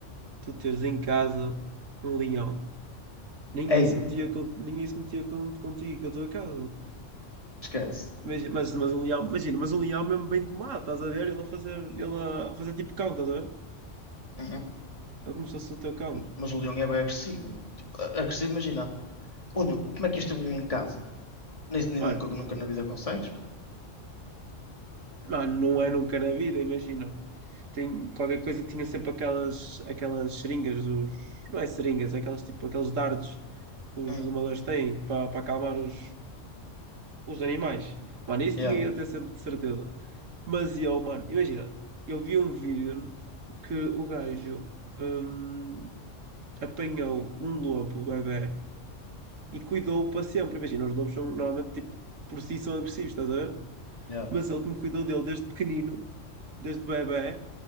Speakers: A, on the right; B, on the left.
A: tu teres em casa um leão. Ninguém
B: Eia,
A: se metia, com, ninguém se metia com, contigo, com a tua casa. mano.
B: esquece.
A: Imagina, mas, mas um leão, imagina, mas um leão é mesmo bem domado, estás a ver? Ele a fazer, ele a fazer tipo cão, estás a ver?
B: Uhum.
A: Ele como se fosse o teu cão.
B: Mas o leão é bem agressivo, meu. Tipo, a- agressivo, imagina. Ô, Nil, como é que este é um leão em casa? Nem, nem
A: Mano,
B: nunca, nunca na vida consegues, mano.
A: mano, não é nunca na vida, imagina. tem, qualquer coisa tinha sempre aquelas, aquelas seringas dos. Não é seringas, é aquelas tipo aqueles dardos que os
B: Uhum.
A: domadores têm para para acalmar os, os animais. Mano, isso
B: Yeah,
A: tinha eu até sempre de certeza. Mas eu, mano, imagina, eu vi um vídeo que o gajo hum, apanhou um lobo, bebê, e cuidou-o para sempre. Imagina, os lobos são normalmente tipo, por si são agressivos, estás a ver?
B: yeah.
A: Mas ele como cuidou dele desde pequenino, desde bebê,